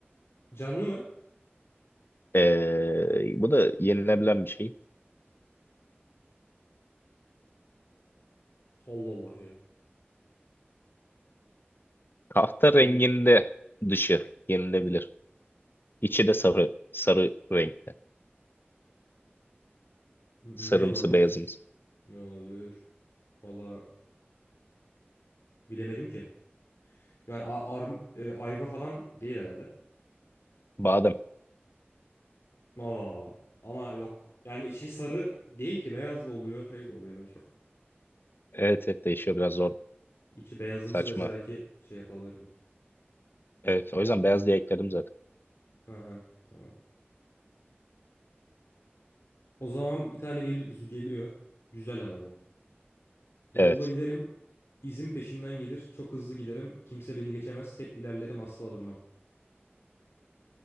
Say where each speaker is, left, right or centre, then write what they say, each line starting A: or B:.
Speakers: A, on the left; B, on the left.
A: Canlı mı?
B: Ee, bu da yenilebilen bir şey.
A: Allah Allah ya.
B: Tahta renginde
A: Bil-
B: dışı yenilebilir. İçi de sarı, sarı renkte.
A: Ne
B: Sarımsı,
A: olabilir?
B: beyazımsı.
A: Ne olabilir? Valla bilemedim ki. Yani a- arm, e, ayva falan değil herhalde.
B: Badem.
A: Oo, ama yok. Yani içi sarı değil ki beyaz da oluyor şey de oluyor. yani Çok
B: Evet, evet değişiyor biraz zor.
A: içi beyazımsı
B: Saçma.
A: dese belki şey yapabilirdim.
B: Evet, o yüzden beyaz diye ekledim zaten.
A: Aha, tamam. O zaman bir tane gel- geliyor. Güzel ama bu. Yolda
B: Evet,
A: giderim. İzim peşimden gelir. Çok hızlı giderim. Kimse beni geçemez. Hep ilerlerim asla durmam.